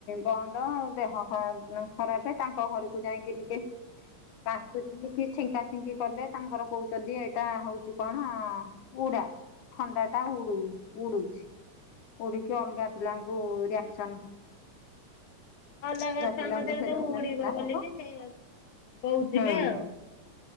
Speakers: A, on the left (about 80°); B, on the left (about 50°).
A: ବନ୍ଦ ଆଉ ଦେହ ଖରାପ ତାଙ୍କ ଘରକୁ ଯାଇଁକି ଟିକେ କାସୁଛି କି ଛିଙ୍କା ଛିଙ୍କି କଲେ ତାଙ୍କର କହୁଛନ୍ତି ଏଇଟା ହଉଛି କଅଣ ଉଡା ଥଣ୍ଡା ଟା ଉଡୁ ଉଡୁଛି ଉଡିକି ଅଲଗା ପିଲାଙ୍କ ଓ ରିଆକ୍ସନ୍
B: ଅଲଗା ଛୁଆଙ୍କ
A: ପିଲାଙ୍କୁ
B: ଦେହରେ
A: ସେ
B: ଯୋଉ
A: ଥଣ୍ଡା
B: ଉଡିବ
A: ଥଣ୍ଡା
B: ବୋଲିକି
A: ହବ
B: ସେଇଆକୁ କହୁଥିବେ
A: ହୁଁ
B: ଆଉ